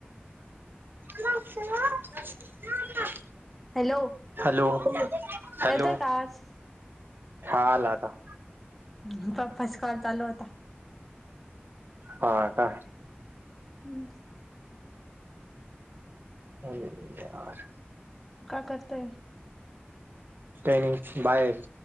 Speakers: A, on the right; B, in the centre.
A: <inaudible>
B: hello
A: hello, hello
B: येतोय का आवाज?
A: हा आला आता-
B: हं पप्पाच कॉल चालू होता.
A: हा का.
B: हम्म...
A: अरे यार...
B: का करताय?
A: काय नाही बाहेर